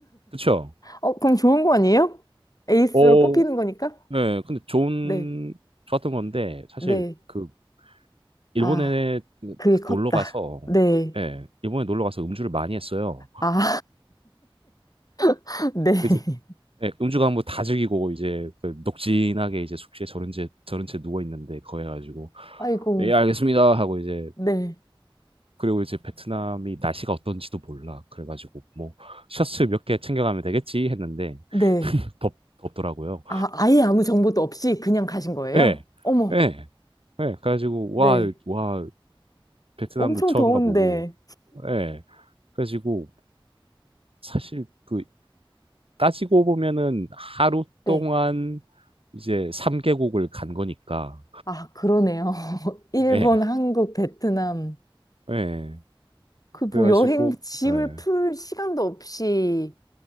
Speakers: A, on the right; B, on the left.
A: 그쵸?
B: 어, 그럼 좋은 거 아니에요? 에이스로
A: 오,
B: 뽑히는 거니까?
A: 네, 근데 좋은,
B: 네.
A: 좋았던 건데, 사실
B: 네.
A: 그, 일본에
B: 아, 그게
A: 그
B: 컸다.
A: 놀러 가서,
B: 네.
A: 예, 일본에 놀러 가서 음주를 많이 했어요.
B: 아, <laughs> 네.
A: 이제, 예, 음주 가면 뭐다 즐기고, 이제, 그 녹진하게 이제 숙소에 저런 채, 저런 채 누워있는데, 거해 가지고,
B: 아이고,
A: 예, 알겠습니다. 하고 이제,
B: 네.
A: 그리고 이제 베트남이 날씨가 어떤지도 몰라. 그래가지고, 뭐, 셔츠 몇 개 챙겨가면 되겠지 했는데,
B: 네.
A: <laughs> 덥, 덥더라고요.
B: 아, 아예 아무 정보도 없이 그냥 가신 거예요?
A: 예,
B: 어머,
A: 예, 예. 그래가지고
B: 네.
A: 와, 와, 베트남도
B: 엄청
A: 처음
B: 더운데.
A: 가보고, 예. 그래가지고 사실 그 따지고 보면은 하루
B: 네.
A: 동안 이제 3개국을 간 거니까,
B: 아, 그러네요. <laughs> 일본,
A: 예,
B: 한국, 베트남.
A: 예.
B: 그 뭐
A: 그래가지고,
B: 여행 짐을
A: 예,
B: 풀 시간도 없이